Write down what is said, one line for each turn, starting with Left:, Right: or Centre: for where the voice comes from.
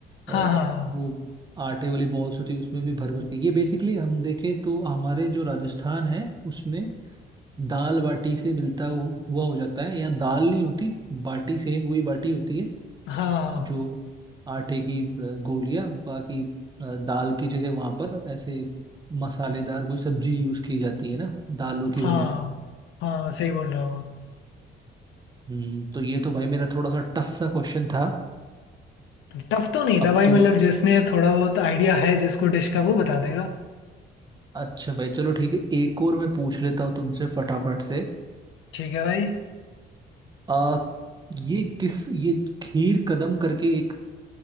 Left: हाँ
Right: अ,
Left: हाँ
Right: वो आटे वाली बॉल्स होती है उसमें भी भर भर के ये बेसिकली हम देखें तो हमारे जो राजस्थान है उसमें दाल बाटी से मिलता हु- हुआ हो जाता है यहाँ दाल नहीं होती बाटी सेम वही बाटी होती है
Left: हाँ
Right: जो आटे की अ, गोलियां बाकी अ, दाल की जगह वहां पर ऐसे मसालेदार कोई सब्जी यूज की जाती है ना दालों की
Left: हाँ
Right: बनी हुई
Left: हाँ हाँ सही बोल रहे हो आप
Right: हम्म, तो ये तो भाई मेरा थोड़ा सा टफ सा क्वेश्चन था
Left: टफ तो नहीं
Right: अब
Left: था भाई
Right: तुम
Left: मतलब जिसने थोड़ा बहुत आइडिया है जिसको डिश का वो बता देगा
Right: अच्छा भाई चलो ठीक है एक और मैं पूछ लेता हूँ तुमसे फटाफट से
Left: ठीक है भाई
Right: आ, ये किस ये खीर कदम करके एक